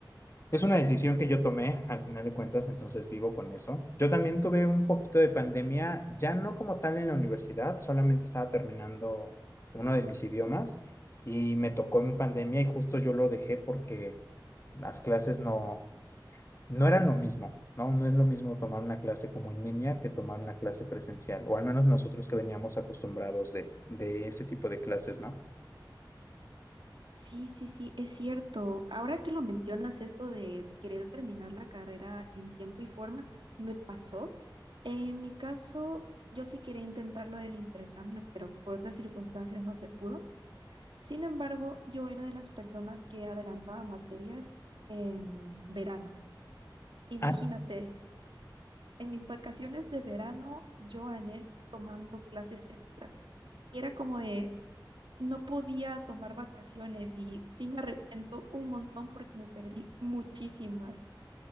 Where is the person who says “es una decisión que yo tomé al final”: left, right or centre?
Left